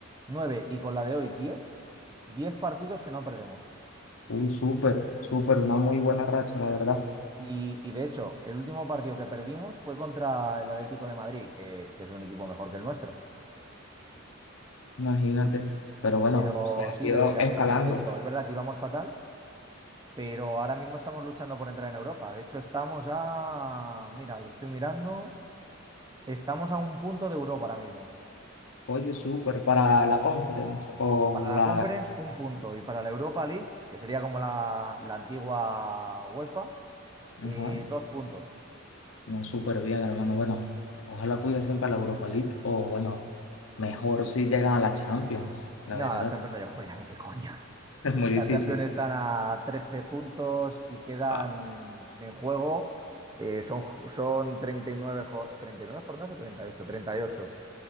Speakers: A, on the right; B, on the left.
A: 9 y con la de hoy 10 10 partidos que no perdemos.
B: un súper, súper, una muy buena racha, la verdad.
A: Y, y de hecho, el último partido que perdimos fue contra el Atlético de Madrid, que, que es un equipo mejor que el nuestro.
B: Imagínate. Pero bueno,
A: Pero
B: se ha
A: sí,
B: ido
A: desde que cambiamos,
B: escalando.
A: y de hecho, es verdad que íbamos fatal, pero ahora mismo estamos luchando por entrar en Europa. De hecho, estamos a, mira, lo estoy mirando, estamos a un punto de Europa ahora mismo.
B: Oye, súper, para la conference o
A: Para
B: la...
A: la Conference, un punto. Y para la Europa League, que sería como la, la antigua UEFA,
B: Ajá,
A: eh, dos puntos.
B: no, súper bien, hermano. Bueno, ojalá pudiesen para la Europa League o bueno, mejor si llegan a la Champions, la
A: No,
B: verdad.
A: a la Champions
B: <laughs>
A: no llegamos ya ni de coña.
B: Es muy difícil.
A: La Champions están a 13 puntos y quedan
B: <laughs>
A: en juego. eh, son, son 39, jo- 39 jornadas o treinta y ocho treinta Y ocho